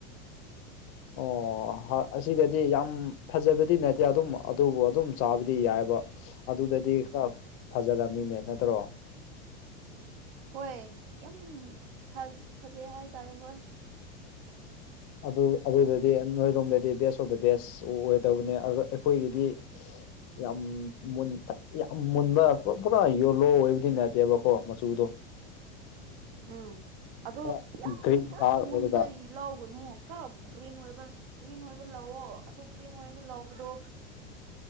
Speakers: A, on the left; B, on the right.
A: ꯑꯣ ꯑꯁꯤꯗꯗꯤ ꯌꯥꯝ ꯐꯖꯕꯗꯤ ꯅꯠꯇꯦ ꯑꯗꯨꯝ ꯑꯗꯨꯕꯨ ꯑꯗꯨꯝ ꯆꯥꯕꯗꯤ ꯌꯥꯏꯕ ꯑꯗꯨꯗꯗꯤ ꯈꯔ ꯐꯖꯔꯅꯤꯅꯦ ꯅꯠꯇ꯭ꯔꯣ
B: ꯍꯣꯏ ꯌꯥꯝ ꯐꯥꯐꯖꯩ ꯍꯥꯏꯇꯥꯔꯦ ꯍꯣꯏ
A: ꯑꯗꯨ ꯑꯗꯨꯗꯗꯤ ꯅꯣꯏꯔꯣꯝꯗꯗꯤ ꯕꯦꯁ ꯑꯣꯐ ꯗ ꯕꯦꯁ ꯑꯣꯏꯗꯕꯅꯦ ꯑ ꯑꯈꯣꯏꯒꯤꯗꯤ ꯌꯥꯝ ꯃꯨꯟ ꯌꯥꯝ ꯃꯨꯟꯕ ꯄꯨꯔꯥ ꯌꯣꯂꯣ ꯑꯣꯏꯕꯗꯤ ꯅꯠꯇꯦꯕꯀꯣ ꯃꯆꯨꯗꯣ
B: ꯎꯝ ꯑꯗꯣ
A: ꯈꯔ
B: ꯌꯥꯝ
A: ꯒ꯭ꯔꯤꯟ
B: ꯄꯨꯔꯥ
A: ꯗꯥꯔꯛ
B: ꯃꯨꯟꯕꯩ
A: ꯑꯣꯏꯔꯒ
B: ꯂꯧꯒꯅꯨ ꯈꯔ ꯒ꯭ꯔꯤꯟ ꯑꯣꯏꯕ ꯒ꯭ꯔꯤꯟ ꯑꯣꯏꯕ ꯂꯧꯑꯣ ꯑꯗꯨ ꯒ꯭ꯔꯤꯟ ꯑꯣꯏꯕ ꯂꯧꯕꯗꯨ